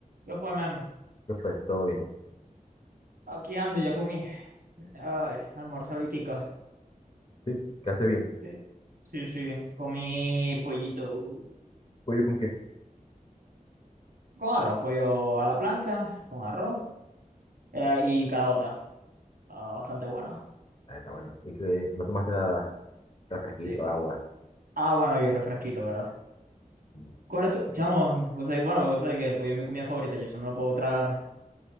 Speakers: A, on the right; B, on the left.
A: Yo pues, man,
B: ¿Qué fue? ¿Todo bien?
A: aquí ando, ya comí. Ay, almuerzo ahoritica.
B: ¿Sí? ¿Quedaste bien?
A: Sí, sí, sí, comí pollito
B: ¿Pollo con qué?
A: con arroz, pollo a la plancha, con arroz eh, y calabota. Ah, bastante buena.
B: Ah, está bueno. ¿Y que no tomaste nada? ¿Refresquito,
A: Sí.
B: agua?
A: Ah, bueno, y refresquito, ¿verdad?
B: Mm,
A: ¿Cuál es tu...? Chamo, vos sabés- bueno, vos sabés que el pollo es mi comida favorita, yo se me lo puedo tragar